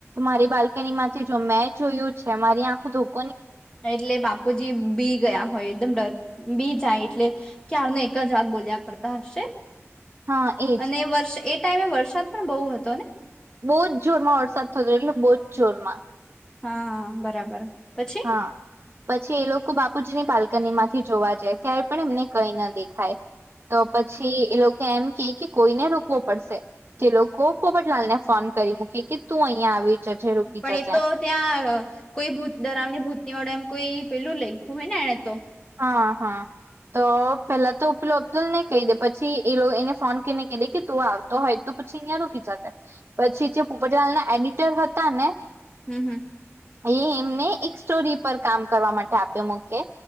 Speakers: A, on the right (about 50°); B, on the left (about 15°).
A: મારી બાલ્કની માંથી જો મેં જોયું છે મારી તે આખ દ
B: એટલે બાપુજી, બી ગયા હોય, એકદમ ડર બી જાય, એટલે ક્યારનુ એક જ વાત બોલ્યા કરતા હશે
A: હા એજ
B: અને વર્ષ એ ટાઈમે વરસાદ પણ બહુ હતો, ને
A: બહુ જ જોરમા વરસાદ થતો, એટલે બહુ જ જોરમા
B: હા, બરાબર પછી
A: હા, પછી એ લોકો બાપ. કુજની બાલ્કની માથી, જોવા જાય ત્યારે પણ એમને કઈ, ન દેખાય તો પછી એ લોકો એમ કે કે કોઈને, રોકવો પડશે ચલો પોપટલાલ ને ફોન કરી મૂકી, કે તુ અહીિયાયા આવી જજે રૂકી
B: પણ
A: જજે
B: એ તો ત્યા, કોઈ ભૂત. દરામની ભૂતની વડે એમ કોઈ, પેલુ લખ્યુ હોય, ને એને તો
A: હા, હા તો પેલા તો ઓ પીલો અબ્દુલ ને કહી, દે પછી એ એને ફોન કરીને કહી, દે કે તું આવતો હોય તો પછી, અહિયાયાકીીધા પછી, જે પોપટલાલ ના એડિટર હતા ને
B: હમ્મ, હમ્મ
A: એ એમને એક સ્ટોરી પર કામ કરવા, માટે આપ્યો મૂકે